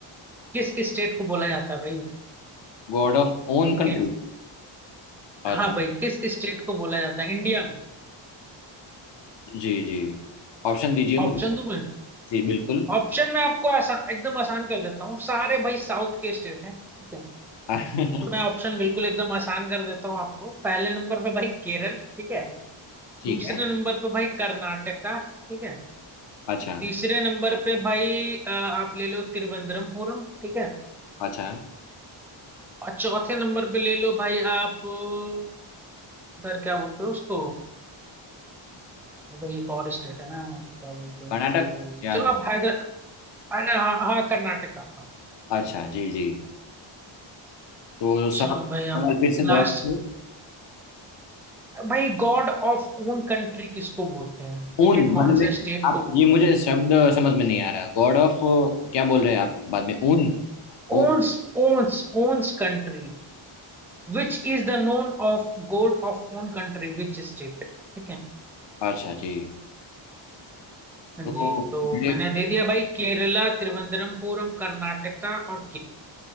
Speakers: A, in the centre; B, on the left (about 60°).
A: किस स्टेट को बोला जाता है भाई
B: गॉड ऑफ ओन
A: ठीक
B: कंट्री
A: है
B: अच्छा
A: हाँ भाई किस स्टेट को बोला जाता है इंडिया में
B: जी जी ऑप्शन दीजिए
A: ऑप्शन
B: मुझे
A: दो भाई
B: जी बिल्कुल
A: ऑप्शन में आपको आसान एकदम आसान कर देता हूँ सारे भाई साउथ के स्टेट हैं ठीक है
B: <laughs>
A: तो मैं ऑप्शन बिल्कुल एकदम आसान कर देता हूँ आपको पहले नंबर पे भाई केरल ठीक है
B: ठीक
A: दूसरे
B: है
A: नंबर पे भाई कर्नाटका ठीक है
B: अच्छा
A: तीसरे नंबर पे भाई अ, आप ले लो तिरुवनंतपुरम ठीक है
B: अच्छा
A: और चौथे नंबर पे ले लो भाई आप अ, उधर क्या बोलते हो उसको भाई एक और स्टेट है ना क्या बोलते हैं
B: कर्नाटक
A: उसको
B: या
A: चलो आप हैदर हाँ हाँ कर्नाटका हाँ
B: अच्छा जी जी तो सवाल
A: चलो
B: सवाल
A: भाई अब
B: फिर से दोहराइए
A: लास्ट भाई गॉड ऑफ ओन कंट्री किसको बोलते हैं
B: ओन
A: ठीक है
B: मतलब
A: कौन
B: मैं
A: से स्टेट को
B: आप
A: बोलते
B: ये मुझे
A: हैं
B: शब्द समझ में नहीं आ रहा गॉड ऑफ क्या बोल रहे हैं आप बाद में ओन ओ
A: Owns owns owns country which is the known of god of own country which state ठीक है
B: अच्छा जी
A: हाँ
B: तो
A: जी तो
B: जी
A: मैंने दे दिया भाई केरला त्रिवंद्रमपुरम कर्नाटका और के